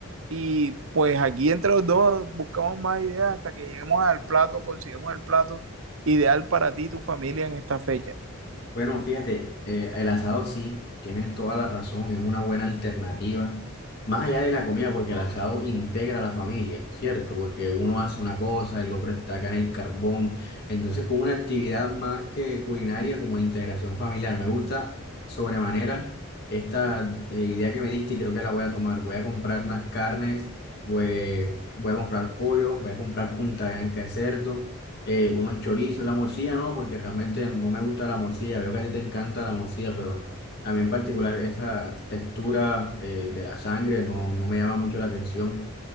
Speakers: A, on the right; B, on the left.
A: Y pues aquí entre los dos buscamos más ideas hasta que lleguemos al plato, consigamos el plato ideal para ti y tu familia en esta fecha.
B: Bueno, fíjate, eh, el asado sí, tienes toda la razón, es una buena alternativa, más allá de la comida, porque el asado integra a la familia, ¿cierto? Porque uno hace una cosa, el otro está acá en el carbón, entonces con una actividad más que culinaria como de integración familiar, me gusta sobremanera esta eh, idea que me diste y creo que la voy a tomar, voy a comprar unas carnes, voy, voy a comprar pollo, voy a comprar punta de anca de cerdo eh, unos chorizos, la morcilla no, porque realmente no me gusta la morcilla, veo que a ti te encanta la morcilla, pero a mí en particular esa textura eh, de la sangre no, no me llama mucho la atención.